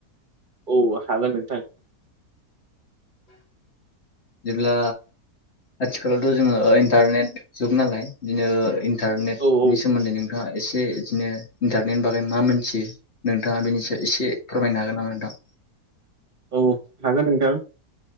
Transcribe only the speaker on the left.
जेब्ला आथिखालावथ' जोङो इन्टारनेट जुग नालाय बिदिनो इन्टारनेटनि
सोमोन्दै नोंथांङा एसे इदिनो इनटारनेटनि बागै मा मिथियो नोंथाङा बेनि सायाव एसे फोरमायनो हागोन नामा नोंथां